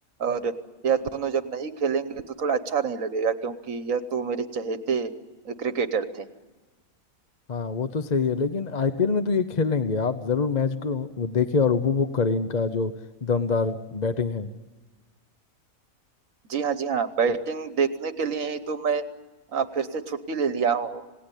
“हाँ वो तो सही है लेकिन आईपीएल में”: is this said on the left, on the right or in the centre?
Left